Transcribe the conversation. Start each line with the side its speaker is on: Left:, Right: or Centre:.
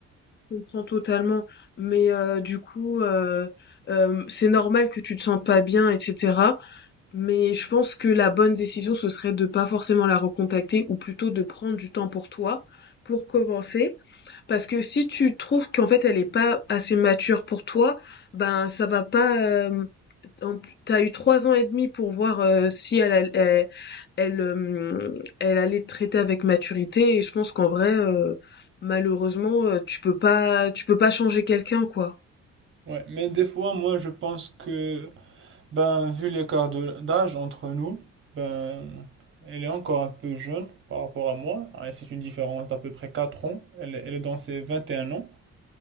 Left: je comprends totalement. Mais, heu, du coup, heu, hem, c'est normal que tu te sens pas bien etc. Mais je pense que la bonne décision, ce serait de pas forcément la recontacter ou plutôt de prendre du temps pour toi, pour commencer. Parce que si tu trouves qu'en fait elle est pas assez mature pour toi, ben ça va pas. euh, en t'as eu trois ans et demi pour voir euh, si elle, all- elle, elle, euh, elle allait te traiter avec maturité. Et je pense qu'en vrai, euh, malheureusement, euh, tu peux pas, tu peux pas changer quelqu'un, quoi.
Right: Ouais, mais des fois, moi, je pense que, ben, vu l'écart de- d'âge entre nous, ben, elle est encore un peu jeune par rapport à moi. Et C'est une différence d'à peu près 4 ans. Elle, est- elle est dans ses 21 ans.